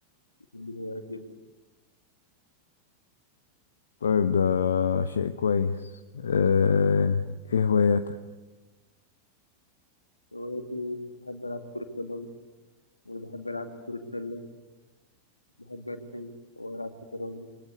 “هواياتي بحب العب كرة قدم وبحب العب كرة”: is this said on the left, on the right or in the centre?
Left